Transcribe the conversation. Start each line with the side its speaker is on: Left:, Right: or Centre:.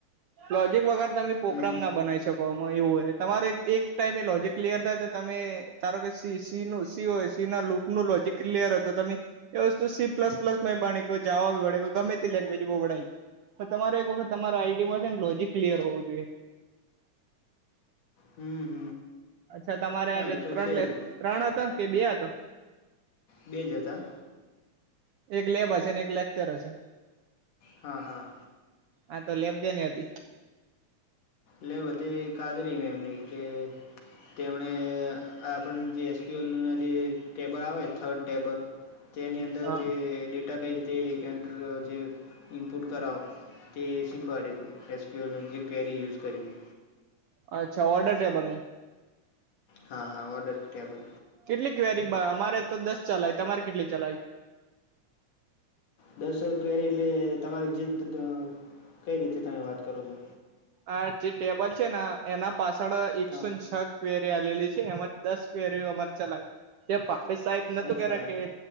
Right: લોજીક વગર તમે પ્રોગ્રામ
Left: હમ,
Right: ના બનાવી શકો. એવું હો, તમારો એક ટાઈમ એ લોજીક ક્લિયર થાય, તો તમે તારો કે સી સી હોય સી ના લુક. નું લોજિક ક્લિયર હોય, તો તમે એ વસ્તુ સી પ્લસ પ્લસ માં ભણી, ગમે તે લેંગ્વેજ બહુ ભણાય. તો તમારો એક વખત તમારે આઈડી માં ને, લોજિક ક્લિયર હોવું જોઈએ.
Left: હ, હ,
Right: અચ્છા તમારે
Left: હા,
Right: આજે
Left: એ
Right: ત્રણ
Left: તો છે
Right: લે
Left: જ.
Right: ત્રણ હતા કે, બે હતા?
Left: બે જ હતા.
Right: એક લેબ હશે, અને ને એક લેક્ચર હશે.
Left: હા, હા.
Right: હા, લેબ જે ને હતી.
Left: લે, બધી કાદરી મે એમની કે. તેમણે આપણને જે એસક્યુ એલના જે ટેબલ આવે, થર્ડ ટેબલ. તેની અંદર
Right: હા
Left: જે ડેટા કઈ રીતે એ, જે ઇનપુટ કરાવો. તે શીખવાડ્યું તું, એસક્યુલ જે કેરી યુઝ કરીને.
Right: અચ્છા, ઑડર ટેબલ નું.
Left: હા, હા, ઓર્ડર ટેબલ.
Right: કેટલી ક્વેરી? અમારે તો દસ ચલાય, તમારે કેટલી ચલાય?
Left: દસો કવેરી, એટલે તમારી જીત કઈ રીતે તમે વાત કરો છો?
Right: આ જે ટેબલ છે ને, એના પાછળ એકસો
Left: હા
Right: ન છ કવેરી આલી છે, એમાં દસ ક્વેરીઓ અમારે ચલાઈ તે પાપે સાહેબ. નતું
Left: અચ્છા
Right: કેતા કે,